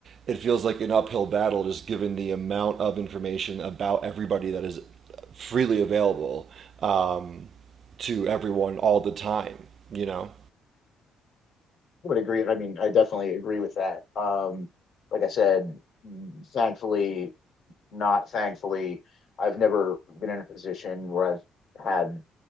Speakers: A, on the right; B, on the left.
A: it feels like an uphill battle, just given the amount of information about everybody that is freely available um, to everyone all the time. You know,
B: would agree i mean i definitely agree with that um like i said thankfully not thankfully. I've never been in a position where I've had,